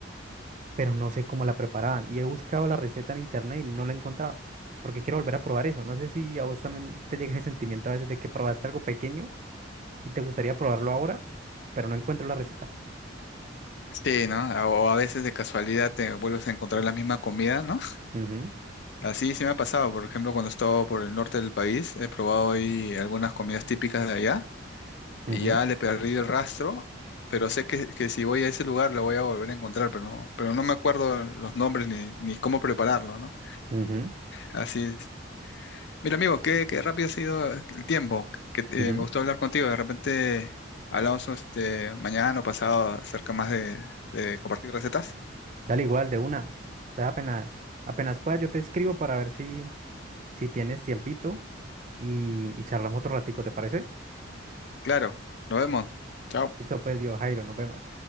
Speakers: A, on the right; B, on the left.
A: pero no sé cómo la preparaban. Y he buscado la receta en internet y no la he encontrado, porque quiero volver a probar eso. No sé si a vos también te llega ese sentimiento a veces de que probaste algo pequeño y te gustaría probarlo ahora, pero no encuentro la receta.
B: Sí, ¿no? A- O a veces de casualidad te vuelves a encontrar la misma comida, ¿no?
A: Ujú,
B: Así sí me ha pasado, por ejemplo, cuando he estado por el norte del país, he probado ahí algunas comidas típicas de allá.
A: ujú.
B: y ya le perdí el rastro, pero sé que, que si voy a ese lugar lo voy a volver a encontrar, pero no, pero no me acuerdo los nombres ni, ni cómo prepararlo, ¿no?
A: Ujú,
B: Así es. Mira, amigo, qué, qué rápido ha sido el tiempo, que, eh,
A: ujú.
B: me gustó hablar contigo, de repente hablamos este, mañana o pasado acerca más de, de compartir recetas.
A: Dale igual de una. Te- Apenas, apenas pueda, yo te escribo para ver si, si tienes tiempito y, y charlamos otro ratico, ¿te parece?
B: Claro, nos vemos. Chao.
A: Listo, pues, viejo Jairo, nos vemos.